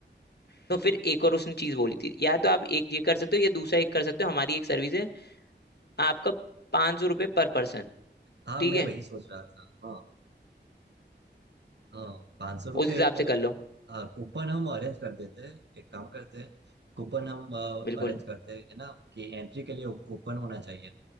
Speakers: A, on the left; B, on the right.
A: तो फिर एक और उसने चीज बोली थी या तो आप एक ये कर सकते हो या दूसरा एक कर सकते हो हमारी एक सर्विस है आपका पाँच सौ रुपये पर पर्सन
B: हाँ
A: ठीक
B: मैं
A: है
B: वही सोच रहा था हाँ हाँ पाँच सौ रुपये
A: उस हिसाब से
B: मतलब
A: कर लो
B: हाँ कूपन हम अरेंज कर देते हैं एक काम करते हैं कूपन हम
A: बिल्कुल
B: अरेंज करते हैं है ना कि एंट्री के लिए कूपन होना चाहिए